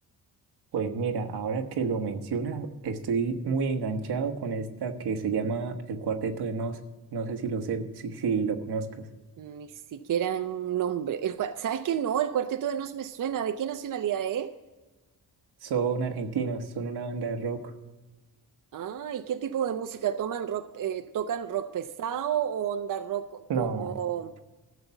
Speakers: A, on the right; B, on the right.
A: pues mira, ahora que lo mencionas, estoy muy enganchado con esta que se llama El Cuarteto de Nos. No sé si lo sé, si, si lo conozcas.
B: Ni siquiera un nombre. El cua- ¿Sabes qué? No, el Cuarteto de Nos me suena. ¿De qué nacionalidad es?
A: Son argentinos, son una banda de rock.
B: Ah, ¿y qué tipo de música toman rock, eh, tocan rock pesado o onda rock
A: No,
B: como